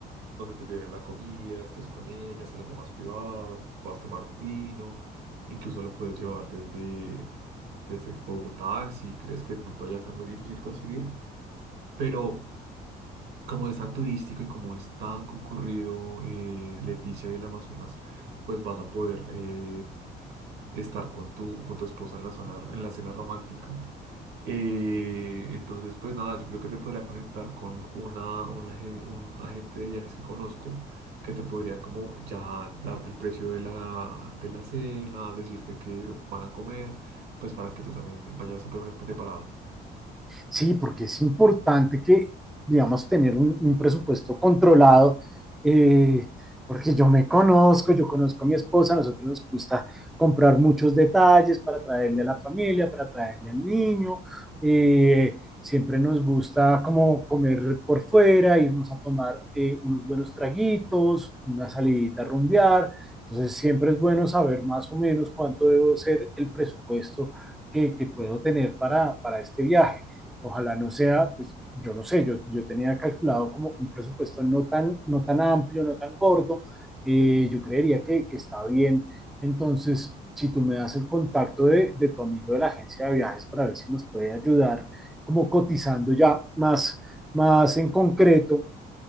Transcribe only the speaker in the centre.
Sí, porque es importante que, digamos, tener un, un presupuesto controlado, eh, porque yo me conozco, yo conozco a mi esposa, a nosotros nos gusta comprar muchos detalles para traerle a la familia, para traerle al niño, eh, siempre nos gusta como comer por fuera, irnos a tomar eh, unos buenos traguitos, una salidita a rumbear, entonces siempre es bueno saber más o menos cuánto debo ser el presupuesto que, que puedo tener para, para este viaje. Ojalá no sea, pues yo no sé, yo, yo tenía calculado como un presupuesto no tan, no tan amplio, no tan gordo, eh, yo creería que, que, está bien. Entonces, si tú me das el contacto de, de tu amigo de la agencia de viajes para ver si nos puede ayudar, como cotizando ya más, más en concreto